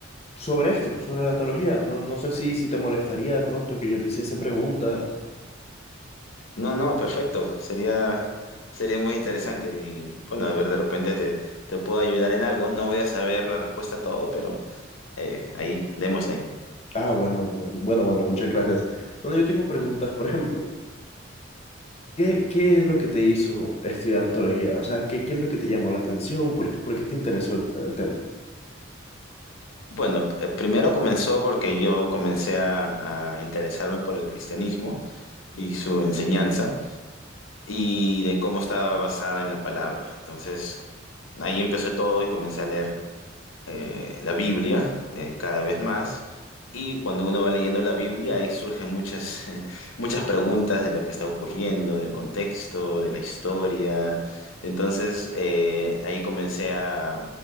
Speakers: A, on the left; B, on the left.
A: sobre esto, sobre la teología. No, no sé si, si te molestaría de pronto que yo te hiciese preguntas.
B: No, no, perfecto, sería, sería muy interesante y bueno, a ver, de repente te, te puedo ayudar en algo, no voy a saber la respuesta a todo, pero eh, ahí démosle.
A: Ah, bueno, mu- bueno, bueno, muchas gracias. Bueno, yo tengo preguntas, por ejemplo. ¿Qué, qué es lo que te hizo estudiar teología? O sea, ¿qué, qué es lo que te llamó la atención? ¿Por qué, por qué te interesó el, el tema?
B: Bueno, p- primero comenzó porque yo comencé a a interesarme por el cristianismo. y su enseñanza y de cómo estaba basada en la palabra. Entonces, ahí empezó todo y comencé a leer eh, la Biblia eh, cada vez más. Y cuando uno va leyendo la Biblia, ahí surgen muchas, <laughs> eh, muchas preguntas de lo que está ocurriendo, del contexto, de la historia. Entonces, eh, ahí comencé a,